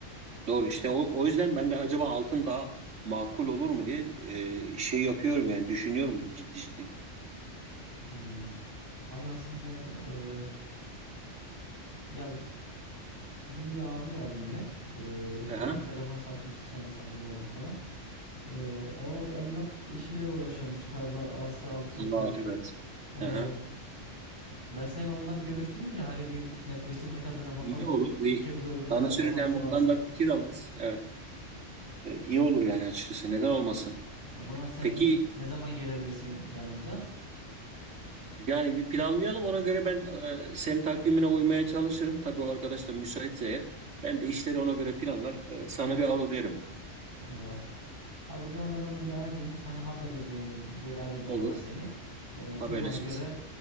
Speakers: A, on the right; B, on the right.
A: Doğru işte o, o yüzden ben de acaba altın daha makul olur mu diye e, şey yapıyorum yani düşünüyorum ciddi ciddi.
B: Hmm. Abi aslında e, Ya bizim bir abi var yine. Ee,
A: Aha.
B: ona telefon satmıştık sonra samimi olduk falan. Ee, o emlak işiyle uğraşıyormuş. Tarla arsa alıp satıyormuş.
A: Aa, evet.
B: Ee,
A: Aha.
B: ben seni onunla bir görüştüreyim mi? Hani bir netleştirmek adına bakalım
A: İyi olur bir
B: bütçemize uygun
A: tanışırız
B: tarla varsa
A: hem ondan
B: varsa.
A: da fikir alırız. Evet. E, iyi olur yani açıkçası neden olmasın.
B: O zaman sen
A: Peki
B: e, ne zaman gelebilirsin yanımıza?
A: yani bir planlayalım ona göre ben e, senin takvimine uymaya çalışırım. Tabii o arkadaş da müsaitse eğer. Ben de işleri ona göre planlar. E, sana bir alo derim.
B: Ee, abi o zaman ben onu bir arayayım. Sana haber edeyim. Geri arayayım inşallah
A: Olur.
B: seni. Ee,
A: Haberleşiriz.
B: duruma göre